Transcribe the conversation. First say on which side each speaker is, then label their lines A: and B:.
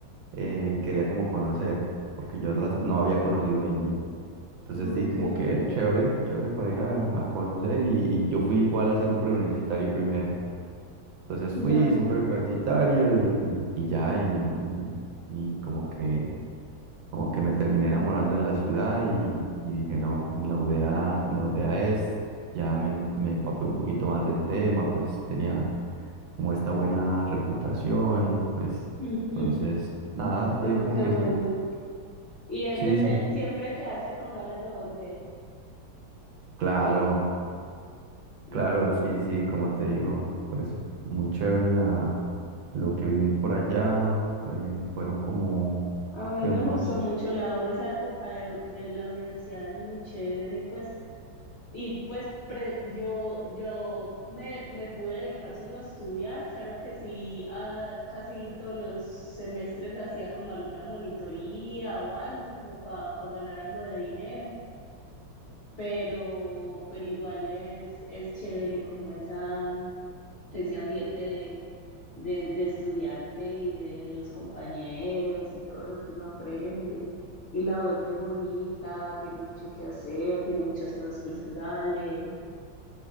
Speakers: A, on the right; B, on the left.
A: eh, y quería como conocer, porque yo las- no había conocido Medellín. Entonces
B: ok,
A: dije como que "Eh, chévere, chévere para ir a, a conocer y, y yo fui igual a hacer un preuniversitario primero. Entonces
B: ya.
A: fui, hice un preuniversitario y, y ya, y, y- y como que, como que me terminé enamorando de la ciudad y, y dije no, en la UDA, en la UDA es, ya me, me empapé un poquito más del tema, pues tenía como esta buena reputación, pues
B: Ujú.
A: entonces nada, dije
B: Pero
A: como
B: qué
A: que
B: bueno.
A: sí,
B: Y entonces
A: sí, sí,
B: siempre quedaste con ganas de volver.
A: claro.
B: Sí.
A: Claro,
B: Ujú.
A: sí, sí, como te digo, pues muy chévere la, lo que viví por allá, fue- fueron como
B: A mí
A: que
B: me
A: unos...
B: gustó mucho la U, esa época de, de la universidad es muy chévere, pues Y pues pre- yo, yo me, me pude dedicar solo a estudiar, claro que sí, a- casi todos los semestres hacía como alguna monitoría o algo como para ganar algo de dinero, pero, pero igual es, es chévere como esa, ese ambiente de, de, de estudiante y de los compañeros y todo lo que uno aprende. Y la U es muy bonita, tiene mucho que hacer, tiene muchas cosas culturales.